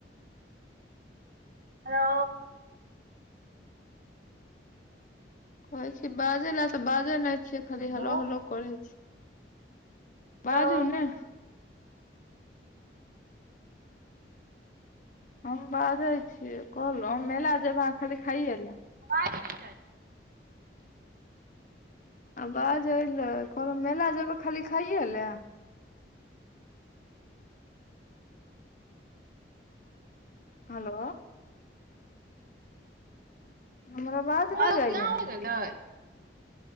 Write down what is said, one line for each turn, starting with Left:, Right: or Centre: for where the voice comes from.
Right: हेलो
Left: कहै छी बाजै लए तऽ बाजै नहि छियै
Right: हेलो
Left: खाली हलो हलो करै छी बाजू
Right: हेलो
Left: ने हम बाजै छीयै कहलहुँ मेला जेबय अहाँ खाली खाइए लए
Right: जाय <unintelligible>
Left: आ बाजय लै कहलहुं मेला जेबै खाली खाइए लए हेलो हमर अवाज
Right: घरो
Left: ने जाइअ
Right: किरान हो
Left: अहाँके
Right: गेलै